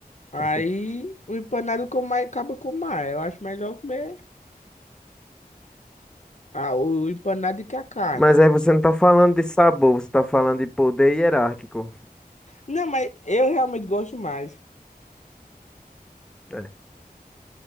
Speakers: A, on the left; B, in the centre.
A: Aí
B: assim.
A: o empanado que eu mais acaba com mais. Eu acho melhor comer ah, o empanado do que a carne.
B: Mas aí você não tá falando de sabor, você tá falando de poder hierárquico.
A: Não, mas eu realmente gosto mais.
B: É,